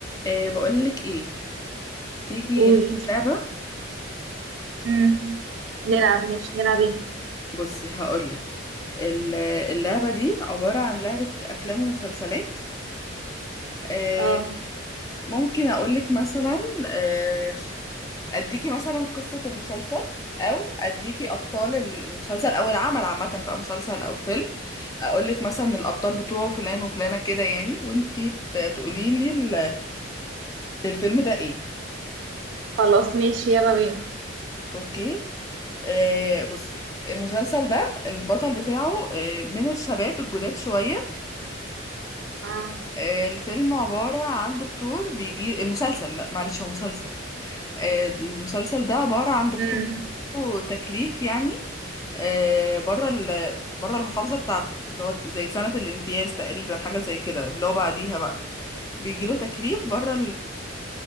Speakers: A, on the left (about 15°); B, on the right (about 65°).
A: إيه بقولك ايه تيجي
B: قولي
A: نلعب لعبة
B: مم. نلعب ماشي نلعب ايه
A: بصي هقولك ال- اللعبة دي عبارة عن لعبة أفلام ومسلسلات إيه
B: اه
A: ممكن أقولك مثلا إيه أديكي مثلا قصة المسلسل أو أديكي أبطال المسلسل أو العمل عامة بقى مسلسل أو فيلم أقولك مثلا الأبطال بتوعه فلان وفلانة كده يعني وانتي ت- تقوليلي ال- الفيلم ده ايه
B: خلاص ماشي يلا بينا
A: اوكي آه بصي المسلسل ده البطل بتاعه آه من الشباب الجداد شوية
B: اه
A: آه الفيلم عبارة عن دكتور بيجي المسلسل لا معلش هو مسلسل آه، المسلسل ده عبارة عن دكتور
B: مم.
A: عنده تكليف يعني آه، بره بره المحافظة بتاعته اللي هو زي سنة الامتياز تقريبا حاجة زي كده اللي هو بعديها بقى بيجيله تكليف بره